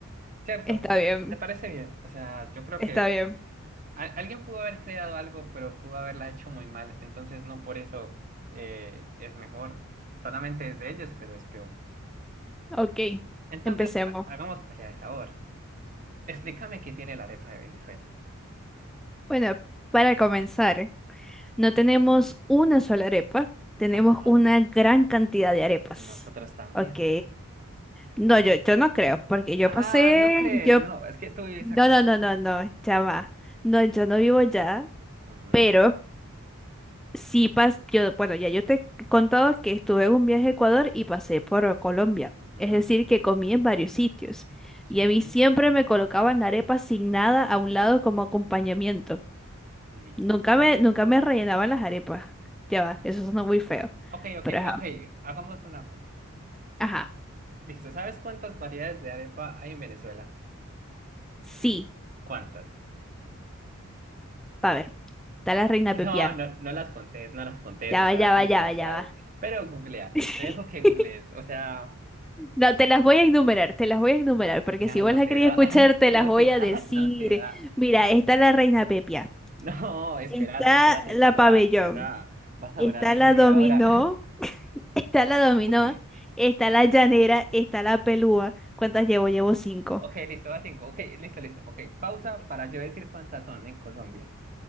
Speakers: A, on the right; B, in the centre.
A: ¿Cierto?
B: está bien,
A: ¿Te parece bien? O sea, yo creo
B: está
A: que
B: bien,
A: al- alguien pudo haber creado algo, pero pudo haberla hecho muy mal. Entonces, no por eso eh, es mejor. Solamente es de ellos, pero es peor.
B: ok,
A: Entonces,
B: empecemos.
A: ha- hagamos pelea de sabor. Explícame qué tiene la arepa de Venezuela.
B: Bueno, para comenzar. No tenemos una sola arepa, tenemos
A: Ajá,
B: una gran cantidad de arepas.
A: nosotros también.
B: Ok. No, yo, yo no creo, porque yo
A: Ah,
B: pasé,
A: no crees,
B: yo,
A: no, es que tú vives
B: no,
A: acá.
B: no, no, no, no, ya va. No, yo no vivo ya,
A: Ujú,
B: pero sí pas, yo, bueno, ya yo te he contado que estuve en un viaje a Ecuador y pasé por Colombia.
A: ujú,
B: Es decir, que comí en varios sitios.
A: Sí,
B: Y a mí siempre me colocaban la arepa sin nada a un lado como acompañamiento.
A: listo.
B: Nunca me, nunca me rellenaban las arepas. Ya va,
A: Y-
B: eso suena muy feo.
A: Ok, ok,
B: Pero ajá.
A: ok, hagamos una cosa.
B: Ajá.
A: Listo, ¿sabes cuántas variedades de arepa hay en Venezuela?
B: Sí.
A: ¿Cuántas? <laughs>
B: A ver, está la reina
A: No,
B: Pepiá.
A: no, no las contés, no las contés,
B: Ya
A: o
B: va,
A: sea,
B: ya
A: son
B: va,
A: demasiadas.
B: ya va, ya va.
A: Pero googlea,
B: <laughs>
A: te dejo que googlees, o sea,
B: No, te las voy a enumerar, te las voy a enumerar, porque
A: ya
B: si
A: no
B: vos las
A: te
B: querías
A: da,
B: escuchar,
A: <laughs>
B: te
A: no
B: las voy
A: te da,
B: a decir.
A: no te da.
B: Mira, está la reina Pepiá.
A: <laughs> No, espérate,
B: Está
A: espérate,
B: la
A: Fela,
B: pabellón.
A: Fela, vas a
B: Está
A: durar ahí
B: la
A: media
B: dominó.
A: hora.
B: <laughs> Está la dominó.
A: <laughs>
B: Está la llanera. Está la pelúa. ¿Cuántas llevo? Llevo cinco.
A: Ok, listo, va cinco. Ok, listo, listo. Ok, pausa para yo decir cuántas son en Colombia.